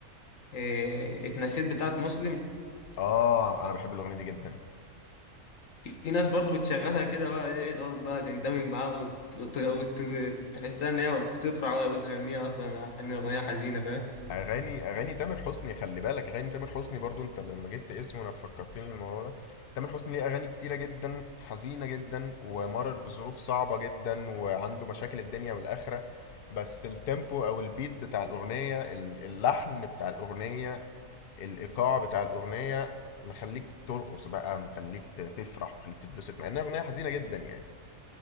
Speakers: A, on the left; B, on the left.
A: إيه اتنسيت بتاعت مسلم
B: اه انا بحب الاغنيه دي جدا
A: في ناس برضو بتشغلها كده بقى ايه تقعد بقى تندمج معاها وت... وت... وت... تحسها ان هي بتفرح وهي بتغنيها اصلا مع ان الاغنيه حزينه فاهم
B: اغاني اغاني تامر حسني خلي بالك اغاني تامر حسني برضو انت لما جبت اسمه انا فكرتني بالموضوع ده تامر حسني ليه اغاني كتيره جدا حزينه جدا ومرر بظروف صعبه جدا وعنده مشاكل الدنيا والاخره بس التيمبو او البيت بتاع الاغنيه ال- اللحن بتاع الاغنيه الايقاع بتاع الاغنيه مخليك ترقص بقى مخليك ت- تفرح مخليك تتبسط مع انها اغنيه حزينه جدا يعني